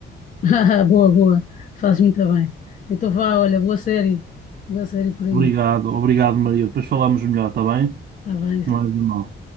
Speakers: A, on the left (about 40°); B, on the right (about 50°).
A: <laughs> Boa, boa. faz muito bem. Então vá, olha, boa série. Boa série por aí.
B: Obrigado, obrigado, Maria. Depois falamos melhor, está bem?
A: Está bem.
B: Não é de mal.